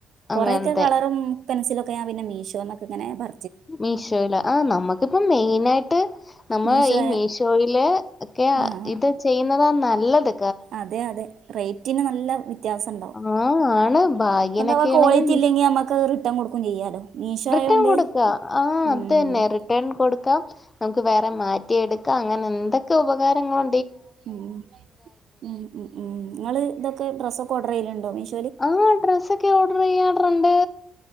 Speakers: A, on the left; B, on the right.
A: അങ്ങനത്തെ
B: കൊറെക്കെ കളറും പെൻസിലും അതെക്ക പിന്നെ മീഷോന്നക്കെങ്ങെ പ
A: മീഷോയില ആ നമ്മുക്കിപ്പം മീ മെയിനായിട്ട് നമ്മൾ
B: മീഷോ
A: ഈ മീ ഷോയില് ഒക്കെ
B: ആഹ്
A: ഇത് ചെയ്യുന്നത നല്ല ഇള്ളത്
B: അതെ അതെ റേറ്റിന് നല്ല വിത്യാസം ഇണ്ടാവും
A: ആ ആണ് ഭാഗ്യനൊക്കെ
B: എന്തവാ കോളിറ്റി
A: ആണെങ്കിൽ
B: ഇല്ലെങ്കി നമ്മക്ക് റ് മൊത്തം കൊടുക്കും ചെയ്യാലോ മീഷോ
A: റിട്ടേൺ
B: ആയോണ്ട്
A: കൊടുക്ക, ആ അത്
B: ഉം
A: തന്നെ റിട്ടേൺ കൊടുക്കാം, നമുക്ക് വേറെ മാറ്റിയെടുക്കാം, അങ്ങനെ ന്ന് എന്തൊക്കെ ഉപകാരങ്ങളു
B: മ് മ് മ് മ് നിങ്ങള് ഇതൊക്കെ ഡ്രസ്സൊക്കെ ഓട് റെയിൽ ഇണ്ടോ <unintelligible>
A: ആ ഡ്രസ്സൊക്കെ ഓർഡർ ചെയ്യാറു ണ്ട്